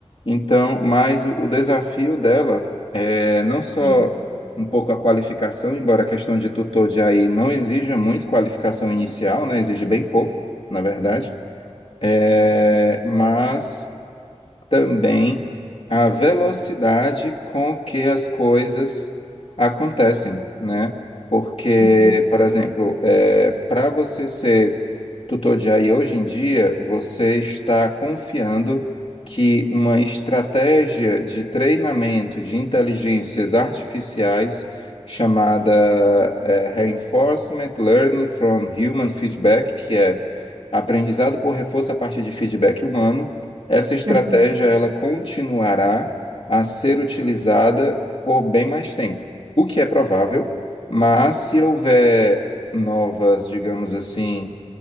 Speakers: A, on the left; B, on the right.
A: Então, mas o o desafio dela. é, não só
B: Sim.
A: um pouco a qualificação, embora a questão de tutor de AI não exija muito qualificação inicial, né? Exige bem pouco, na verdade. É,
B: Aham,
A: mas também a velocidade com que as coisas acontecem, né? Porque,
B: Uhum,
A: por exemplo, para você ser tutor de AI hoje em dia, você está confiando que uma estratégia de treinamento de inteligências artificiais chamada eh, Reinforcement Learning from Human Feedback, que é aprendizado por reforço a partir de feedback humano, essa estratégia
B: uhum,
A: ela continuará a ser utilizada por bem mais tempo, o que é provável, mas se houver novas, digamos assim,